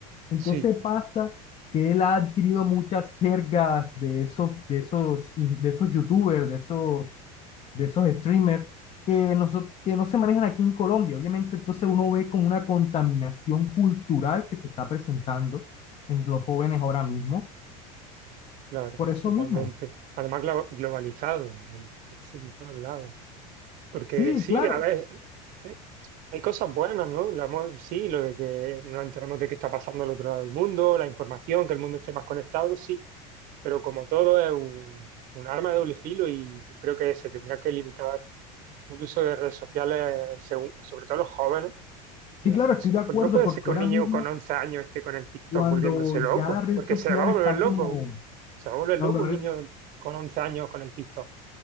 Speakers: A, on the left (about 35°); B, on the right (about 45°).
A: Entonces
B: Sí,
A: pasa que él ha adquirido muchas jergas de esos, de esos, in- de esos youtubers, de esos, de esos streamers que, noso- que no se manejan aquí en Colombia. Obviamente, entonces uno ve como una contaminación cultural que se está presentando en los jóvenes ahora mismo.
B: claro,
A: Por eso
B: totalmente.
A: mismo.
B: Además, glo- globalizado en, en todos lados. Porque
A: Sí,
B: sí,
A: claro.
B: a ver, eh, hay cosas buenas, ¿no? La mo- sí, lo de que nos enteramos de qué está pasando al otro lado del mundo, la información, que el mundo esté más conectado, sí, pero como todo es un, un arma de doble filo y yo creo que se tendría que limitar el uso de redes sociales, según- sobre todo los jóvenes. las
A: Sí, claro,
B: perso-
A: estoy de acuerdo
B: Pues no puede
A: porque
B: ser que un
A: ahora
B: niño
A: mismo
B: con 11 años esté con el TikTok
A: cuando
B: volviéndose loco,
A: ya la red
B: porque
A: social
B: se va a
A: está
B: volver loco,
A: como,
B: se va a volver
A: cuando
B: loco
A: la
B: un
A: red,
B: niño con 11 años con el TikTok,